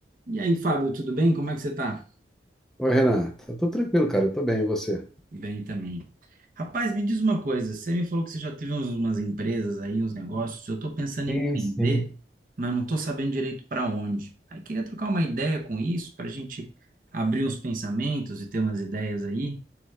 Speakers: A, on the right (about 50°); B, in the centre.
A: E aí, Fábio, tudo bem? Como é que você tá?
B: Oi, Renan. Tá tudo tranquilo, cara. Eu tô bem, e você?
A: Bem também. Rapaz, me diz uma coisa, você me falou que você já teve uns- umas empresas aí, uns negócios, eu estou pensando
B: Sim,
A: em empreender,
B: sim.
A: mas não estou sabendo direito para onde. Aí queria trocar uma ideia com isso, para a gente abrir uns pensamentos e ter umas ideias aí.